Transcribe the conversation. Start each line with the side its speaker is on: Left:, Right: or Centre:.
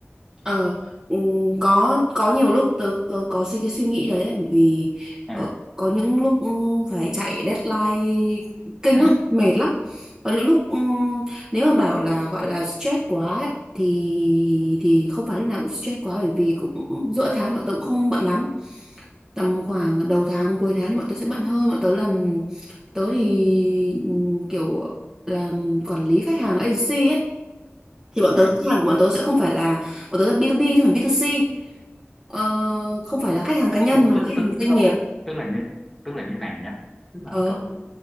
Right: ờ ừm, có có nhiều lúc tớ, tớ có suy cái suy nghĩ đấy đấy bởi vì
Centre: ừ
Right: ờ, có những lúc ừm, phải chạy deadline kinh
Centre: ừ
Right: lắm mệt lắm có những lúc ừm, nếu mà bảo là gọi là stress quá ấy, thì thì không phải lúc nào cũng stress quá bởi vì cũng giữa tháng thì bọn tớ cũng không bận lắm tầm khoảng đầu tháng cuối tháng thì bọn tớ sẽ bận hơn bọn tớ làm tớ thì ừm, kiểu làm quản lý khách hàng agency ấy thì bọn
Centre: ừ
Right: tớ khách hàng của bọn tớ sẽ không phải là bọn tớ là B2B chứ không phải B2C ờ, không
Centre: ừ.
Right: phải là khách hàng cá nhân
Centre: nhưng mà
Right: mà
Centre: tức
Right: là khách
Centre: tức
Right: hàng doanh
Centre: tức là
Right: nghiệp
Centre: tức là như tức là như này nhá tức là
Right: ờ
Centre: cậu